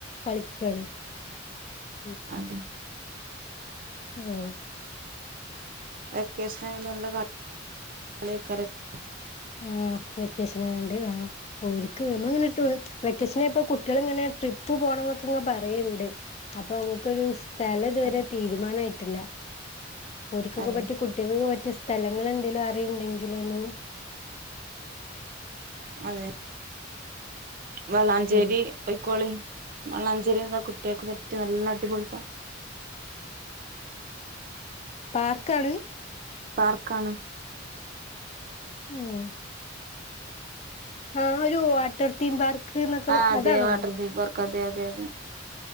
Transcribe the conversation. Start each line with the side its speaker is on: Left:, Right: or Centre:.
Left: കളിക്ക <unintelligible>
Right: അതെ
Left: ഓ
Right: വെക്കേഷൻ ആയി നല്ല <unintelligible>
Left: ആ വെക്കേഷന ആണ്ട് ആക്ക് നമ്മ ഇങ്ങനെ വെക്കേഷനയപ്പോ കുട്ടികൾ ഇങ്ങനെ ട്രിപ്പ് പോണം എന്നൊക്കെ ഇങ്ങെ പറയുണ്ട് അപ്പൊ നമുക്കൊരു സ്ഥലം യത്‌വരെ
Right: അതെ
Left: തീരുമാനമായിട്ട് ട്ടല്ല <unintelligible>
Right: അതെ
Left: പറ്റി കുട്ടികൾക്ക് പറ്റി സ്ഥലങ്ങൾ എന്തെങ്കലും അറിണ്ടെങ്കിലൊന്നു
Right: അതെ വളാഞ്ചേരി
Left: ഉം
Right: പൊയ്ക്കോളി <unintelligible> ഒക്കെ പറ്റി നല്ല അടിപൊളി പാർ
Left: പാർക്കാണ്
Right: പാർക്കാണ്
Left: മ്മ് ആ ഒരു വാട്ടർ തീം പാർക്ക് എന്നൊക്കെ
Right: ആ അതെ
Left: അതാണോ
Right: വാട്ടർ തീം പാർക്ക് അതെ അതെ അതെ